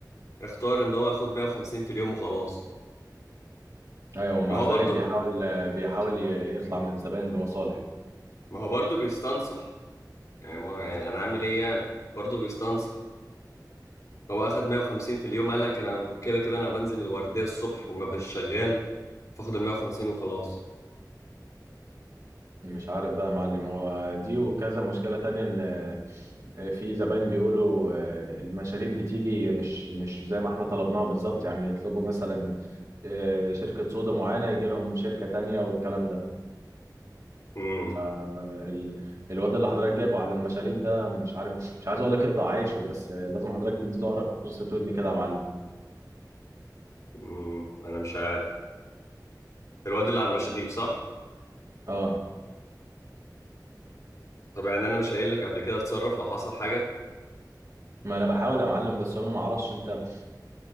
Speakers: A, on the left; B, on the right.
A: اختار ان هو ياخد 150 في اليوم وخلاص
B: أيوه ومع
A: ما هو
B: ذلك
A: برضه
B: بيحاول بيحاول يطلع من الزباين بمصالح
A: ما هو برضه بيستنصح يعني ما يعني انا اعمل ايه يعني برضه بيستنصح هو اخد 150 في اليوم قال لك انا كده كده انا بنزل الوردية الصبح وما بش شغال فاخد ال 150 وخلاص
B: مش عارف بقى يا معلم هو دي وكذا مشكلة تانية ان آه، في زباين بيقولوا آه، المشاريب بتيجي مش مش زي ما احنا طلبناها بالظبط يعني يطلبوا مثلا آه، شركة صودا معينة يجي لهم شركة تانية والكلام ده
A: امم
B: آه، ال- الواد اللي حضرتك جايبه على المشاريب ده مش عارف مش عايز اقول لك اقطع عيشه بس آه، لازم حضرتك تديله قر- قرصة ودن كده يا معلم
A: امم انا مش عارف الواد اللي على المشاريب صح
B: اه
A: طب يعني انا مش قايل لك قبل كده اتصرف لو حصل حاجة
B: ما انا بحاول يا معلم بس هم ما اعرفش انت